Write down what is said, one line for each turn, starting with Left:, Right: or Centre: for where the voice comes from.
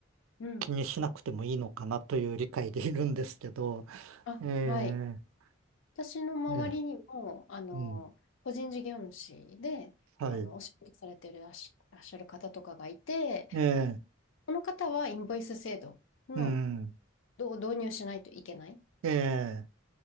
Left: うん。
Right: 気にしなくてもいいのかなという理解でいるんですけど、
Left: あ、
Right: え
Left: はい。
Right: え
Left: 私の周りにも、
Right: ええ
Left: あの、
Right: うん、
Left: 個人事業主で、
Right: はい、
Left: あの、お仕事されてるらっしらっしゃる方とかがいて、
Right: ええ
Left: この方はインボイス制度の
Right: うん、
Left: ど導入しないといけない、
Right: ええ